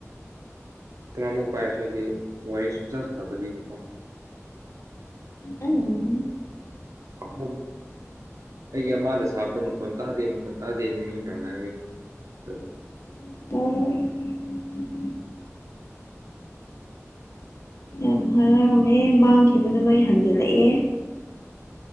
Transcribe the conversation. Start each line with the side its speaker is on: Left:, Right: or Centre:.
Right: ꯇꯔꯥꯃꯨꯛ ꯄꯥꯏꯔꯁꯨ ꯑꯩꯗꯤ ꯋꯥꯔꯤ ꯁꯨꯡꯁ ꯁꯥꯅꯗꯕꯒꯤꯀꯣ꯫
Left: ꯎꯝ
Right: <unintelligible> ꯑꯩꯒꯤ ꯑꯃꯥꯗ ꯁꯥꯕꯗ ꯃꯈꯣꯟ ꯇꯥꯗꯦ ꯃꯈꯣꯟ ꯇꯥꯗꯦꯅ ꯃꯤ ꯃꯌꯥꯝꯅ <unintelligible>
Left: <unintelligible> ꯌꯥꯝ ꯍꯔꯥꯎꯔꯦ ꯃꯥꯡꯈꯤꯕꯗ ꯂꯣꯏ ꯍꯟꯖꯤꯜꯂꯛꯑꯦ